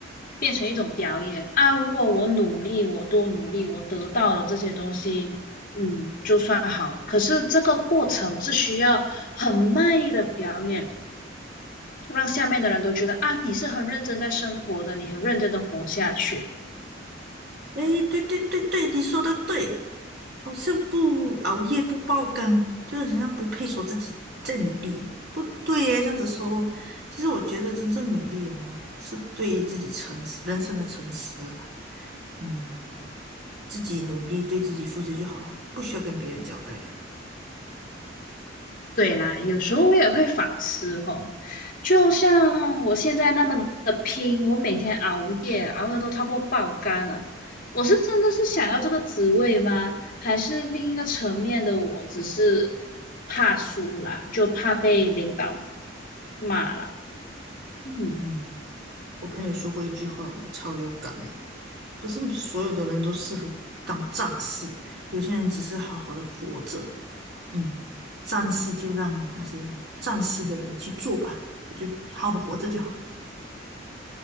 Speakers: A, on the left (about 45°); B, on the right (about 60°).
A: 变成一种表演啊。如果我努力，我多努力，我得到了这些东西，嗯，就算好。可是这个过程我是需要很卖力的表演，让下面的人都觉得啊，你是很认真在生活的，你很认真的活下去。
B: 诶，对对对对，你说的对，好像不熬夜不爆肝，就是好像不配说自己在努力。不对耶，这样子说，其实我觉得真正努力哦，是对自己诚实，人生的诚实啦。嗯，自己努力，对自己负责就好，不需要跟别人交代啊。
A: 对啦，有时候我也会反思哦，就像我现在那么的拼，我每天熬夜，熬的都差不多爆肝了。我是真的是想要这个职位吗？还是另一个层面的我只是怕输啦，就怕被领导骂了。嗯。
B: 嗯。我朋友说过一句话，我超有感诶，不是所有的人都适合当战士，有些人只是好好的活着。嗯，战士就让那些战士的人去做吧，我就好好活着就好。